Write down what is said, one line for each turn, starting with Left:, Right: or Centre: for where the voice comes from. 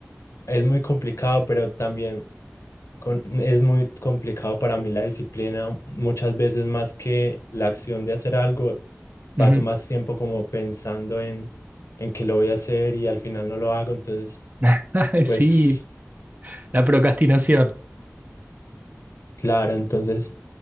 Left: es muy complicado, pero también con- es muy complicado para mí la disciplina. Muchas veces más que la acción de hacer algo, paso
Right: Ujú.
Left: más tiempo como pensando en, en que lo voy a hacer y al final no lo hago. Entonces,
Right: <laughs> Sí,
Left: pues
Right: la procrastinación.
Left: Claro, entonces